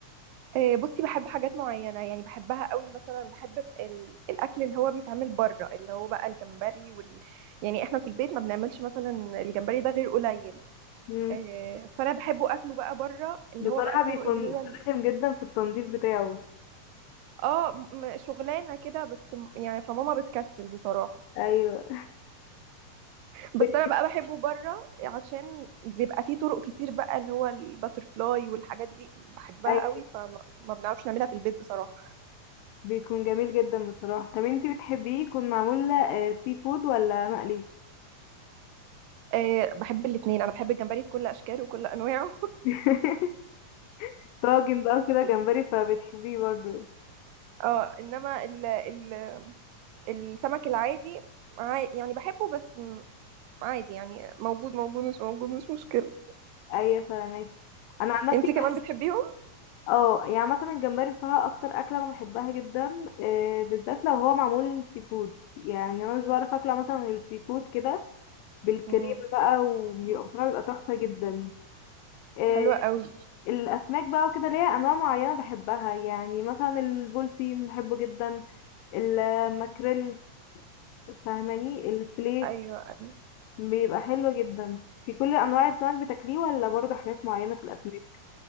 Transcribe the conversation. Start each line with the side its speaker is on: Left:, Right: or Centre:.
Right: آه بصي بحب حاجات معينه يعني بحبها قوي مثلا بحب ال- الاكل اللي هو بيتعمل بره اللي هو بقى الجمبري وال... يعني احنا في البيت ما بنعملش مثلا الجمبري ده غير قليل
Left: مم.
Right: آه، فانا بحبه اكله بقى بره اللي
Left: بصراحه
Right: هو بقى الطرق
Left: بيكون
Right: اللي هي
Left: رخم
Right: ال-
Left: جدا في التنظيف بتاعه
Right: اه م- شغلانه كده بس م- يعني فماما بتكسل بصراحه
Left: ايوه
Right: بس
Left: بتحب
Right: انا بقى بحبه بره عشان بيبقى فيه طرق كتير بقى اللي هو الباترفلاي والحاجات دي بحبها
Left: ايوه
Right: قوي فما ما بنعرفش نعملها في البيت بصراحه
Left: بيكون جميل جدا بصراحه طب انتي بتحبيه يكون معمول آه، سي فود ولا مقلي
Right: آه، بحب الاتنين انا بحب الجمبري في كل اشكاله وكل انواعه
Left: <laughs> طاجن بقى كده جمبري فبتحبيه برضو
Right: <laughs> اه انما ال ال السمك العادي عا- يعني بحبه بس م- عادي يعني موجود موجود مش موجود مش مشكله
Left: ايوه فاهماكي انا عن نفسي
Right: انتي كمان
Left: بحب
Right: بتحبيهم
Left: اه يعني مثلا الجمبري بصراحه اكتر اكله انا بحبها جدا آه، بالذات لو هو معمول سي فود يعني انا مش بعرف اكله مثلا غير سي فود كده بالكريمة
Right: مم.
Left: بقى وبيبقى بصراحة بيبقى تحفة جدا آه،
Right: حلوة قوي
Left: الأسماك بقى وكده ليها أنواع معينة بحبها يعني مثلا البولتين بحبه جدا الماكريل فاهماني الفيليه
Right: ايوه ايوه
Left: بيبقى حلو جدا في كل أنواع السمك بتاكليه ولا برضه حاجات معينة في الأسماك